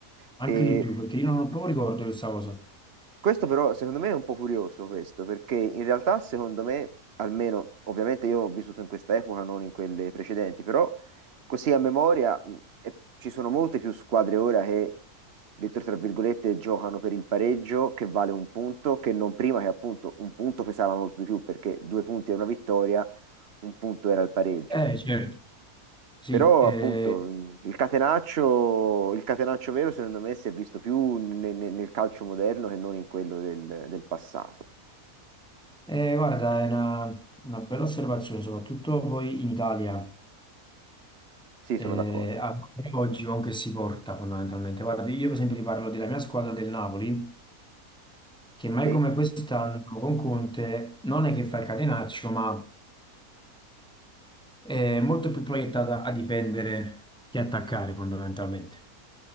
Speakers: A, in the centre; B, on the right.
A: anche
B: E
A: di più, perché io non ho proprio ricordo di questa cosa.
B: Questo però secondo me è un po' curioso questo, perché in realtà secondo me, almeno ovviamente io ho vissuto in questa epoca, non in quelle precedenti, però così a memoria mh, e- ci sono molte più squadre ora che, detto tra virgolette, giocano per il pareggio che vale un punto, che non prima che appunto un punto pesava molto di più perché due punti era una vittoria, un punto era il pareggio.
A: Eh, certo, sì,
B: Però
A: eh,
B: appunto il catenaccio, il catenaccio vero secondo me si è visto più ne- ne- nel calcio moderno che non in quello del, del passato.
A: Eh, guarda, è una, una bella osservazione, soprattutto poi in Italia,
B: Sì,
A: eh,
B: sono d'accordo.
A: ancora oggi con che si porta fondamentalmente. Guarda, io per esempio ti parlo della mia squadra del Napoli, che mai
B: Sì?
A: come quest'anno diciamo, con Conte non è che fa il catenaccio, ma è molto più proiettata a difendere che attaccare fondamentalmente.